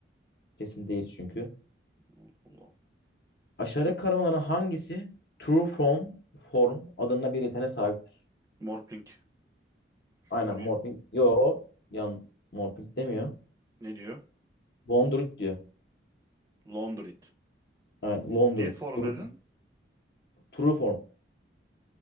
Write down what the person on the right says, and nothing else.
Allah Allah.
Ya da
Morphling. Su
ne diyor?
Laundrit.
N-
Ne form
dedin?